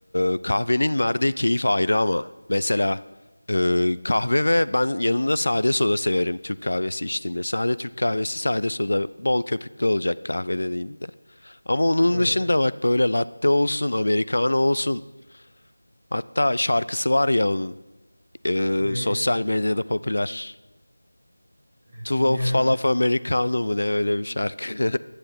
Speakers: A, on the left; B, on the right.
A: e, kahvenin verdiği keyif ayrı ama. Mesela e, kahve ve ben yanında sade soda severim Türk kahvesi içtiğimde. Sade Türk kahvesi, sade soda bol köpüklü olacak kahve dediğinde. Ama onun
B: Ha.
A: dışında bak böyle latte olsun, americano olsun. Hatta şarkısı var ya onun. eee,
B: Ne
A: sosyal
B: ya?
A: medyada popüler.
B: <laughs>
A: Two
B: Ne abi?
A: falaf Americano mu ne öyle bir şarkı.